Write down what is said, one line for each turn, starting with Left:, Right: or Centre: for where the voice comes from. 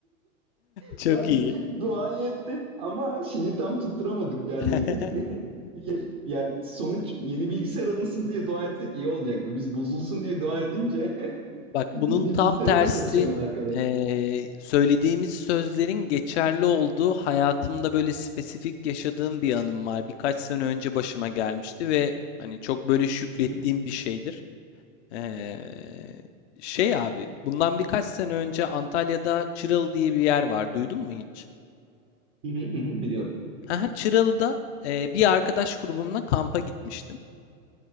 Left: Çok
Right: Yani
Left: iyi.
Right: duayı ettik ama şeyi tam tutturamadık yani.
Left: <laughs>
Right: <laughs> Ye- Yani sonuç yeni bilgisayar alınsın diye dua etsek iyi olacaktı. Biz bozulsun diye dua edince <laughs>
Left: Bak bunun
Right: Yeni
Left: tam
Right: bilgisayara
Left: tersi
Right: da kavuşamadı arkadaş.
Left: eee, söylediğimiz sözlerin geçerli olduğu hayatımda böyle spesifik yaşadığım bir anım var. Birkaç sene önce başıma gelmişti ve hani çok böyle şükrettiğim
Right: Hı hı,
Left: bir şeydir. Eee, şey abi bundan birkaç sene önce Antalya'da Çıralı diye bir yer var. Duydun mu hiç?
Right: hı hı, hı hı, Biliyorum.
Left: Aha, Çıralı'da eee, bir arkadaş grubumla kampa gitmiştim.